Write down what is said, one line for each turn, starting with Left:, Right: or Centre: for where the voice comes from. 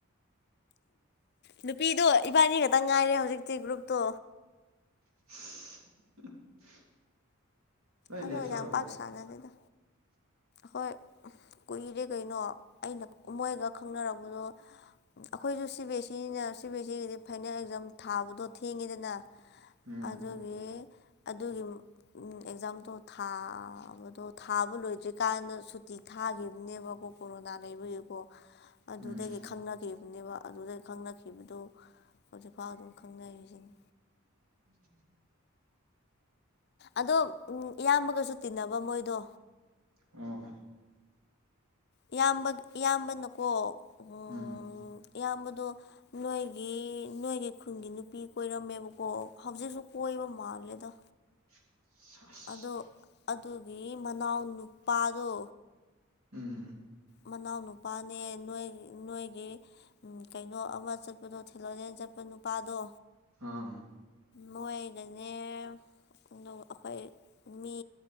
Left: ꯅꯨꯄꯤꯗꯣ ꯏꯕꯥꯅꯤ ꯈꯛꯇꯪ ꯉꯥꯏꯔꯦ ꯍꯧꯖꯤꯛꯇꯤ ꯒ꯭ꯔꯨꯞꯇꯣ
Right: <inaudible> ꯂꯣꯏ
Left: ꯑꯗꯣ
Right: ꯂꯦꯞ ꯆꯠꯈ꯭ꯔꯕꯣ
Left: ꯌꯥꯝ ꯄꯥꯛ ꯁꯅ ꯑꯗꯨꯗ
Right: <inaudible>
Left: ꯍꯣꯏ ꯀꯨꯏꯔꯦ ꯀꯩꯅꯣ ꯑꯩꯅ ꯃꯣꯏꯒ ꯈꯪꯅꯔꯕꯗꯣ ꯑꯩꯈꯣꯏꯁꯨ ꯁꯤ ꯕꯤ ꯑꯦꯁ ꯏꯅ ꯁꯤ ꯕꯤ ꯑꯦꯁ ꯏꯒꯤꯗꯤ ꯐꯥꯏꯅꯦꯜ ꯑꯦꯛꯖꯥꯝ ꯊꯥꯕꯗꯣ ꯊꯦꯡꯉꯤꯗꯅ
Right: ꯎꯝ
Left: ꯑꯗꯨꯒꯤ ꯑꯗꯨꯒꯤ ꯑꯦꯛꯖꯥꯝ ꯑꯣ ꯊꯥꯕꯗꯣ ꯊꯥꯕ ꯂꯣꯏꯗ꯭ꯔꯤꯀꯥꯟꯗ ꯁꯨꯇꯤ ꯊꯥꯈꯤꯕꯅꯦꯕꯀꯣ ꯀꯣꯔꯣꯅꯥ ꯂꯩꯕꯒꯤꯀꯣ ꯑꯗꯨꯗꯒꯤ
Right: ꯎꯝ
Left: ꯈꯪꯅꯈꯤꯕ ꯑꯗꯨꯅꯦꯕ ꯑꯗꯨꯗ ꯈꯪꯅꯈꯤꯕꯗꯨꯣ ꯍꯧꯖꯤꯛꯐꯥꯎ ꯑꯗꯨꯝ ꯈꯪꯅꯩꯔꯤꯁꯤꯅꯤ
Right: ꯎꯝ
Left: ꯑꯗꯣ ꯏꯌꯥꯝꯕꯒꯁꯨ ꯇꯤꯟꯅꯕ ꯃꯣꯏꯗꯣ
Right: ꯑꯣ
Left: ꯏꯌꯥꯝꯕ ꯏꯌꯥꯝꯕꯅꯀꯣ ꯎ
Right: ꯎꯝ
Left: ꯏꯌꯥꯝꯕꯗꯣ ꯅꯣꯏꯒꯤ ꯅꯣꯏꯒꯤ ꯈꯨꯟꯒꯤ ꯅꯨꯄꯤ ꯀꯣꯏꯔꯝꯃꯦꯕꯀꯣ ꯍꯧꯖꯤꯛꯁꯨ ꯀꯣꯏꯕ ꯃꯥꯜꯂꯦꯗ
Right: <inaudible> ꯁꯁ
Left: ꯑꯗꯣ ꯑꯗꯨꯒꯤ ꯃꯅꯥꯎ ꯅꯨꯄꯥꯗꯣ
Right: ꯎꯝ
Left: ꯃꯅꯥꯎꯅꯨꯄꯥꯅꯦ ꯅꯣꯏ ꯅꯣꯏꯒꯤ ꯀꯩꯅꯣ ꯑꯃ ꯆꯠꯄꯗꯣ ꯊꯤꯜꯂꯂꯦꯟ ꯆꯠꯄ ꯅꯨꯄꯥꯗꯣ
Right: ꯑ
Left: ꯃꯣꯏꯗꯅꯦ ꯑꯩꯈꯣꯏ ꯃꯤ